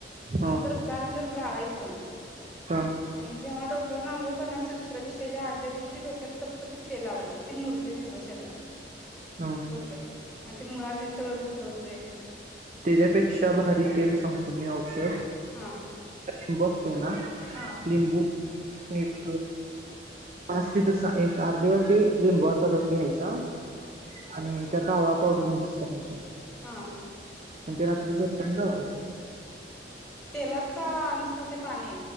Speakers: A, in the centre; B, on the right.
A: नंतर
B: हा
A: गार झाल्यावर गाळाय च
B: हा
A: आणि जेव्हा डोक त्यावरन अंघोळ करणाऱ्याच्या दुसऱ्या दिवशी त्याच्या आदल्या दिवशी डोक्याला चपचपीत तेल लावायचं ते मुर ते सगळ शरीरात
B: हा
A: डोक्यात आणि ते मुळा तेन सगळं घट्ट होतय.
B: त्याज्यापेक्षा भारी तेल सांगतो मी औषध.
A: हा
B: लिंब ते ना
A: हा
B: लिंबू एक पाच तिथ सहा एक अर्धीघचथह वाटी लिंबूवा. चा रस घ्यायचा <unintelligible> आणिम त्यात आवळा पावडर मिक्स करायची.
A: हां
B: आणि ते रात्री झोपताना लावायचं
A: तेलात का? नुसत ते पाणी.